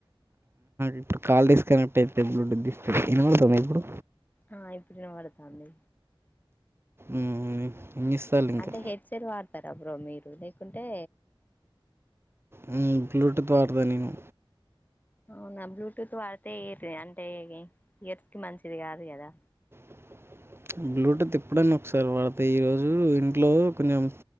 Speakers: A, on the right (about 25°); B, on the left (about 20°).
A: ఇప్పుడు కాల్ డిస్కనెక్ట్ అయితే బ్లూటూత్ తీస్తే వినపడుతుందా ఇప్పుడు
B: ఆ ఇప్పుడు వినపడతాంది.
A: ఉమ్, ఏం చేస్తారు ఇంకా
B: అంటే హెడ్ సెట్ వాడతారా బ్రో మీరు లేకుంటే
A: హు బ్లూటూత్ వాడదా నేను
B: అవునా బ్లూటూత్ వాడితే ఏ అంటే ఇయర్స్ కి మంచిది కాదు కదా,
A: <unintelligible> బ్లూటూత్ ఎప్పుడనా ఒకసారి వాడతా ఈరోజు ఇంట్లో కొంచెం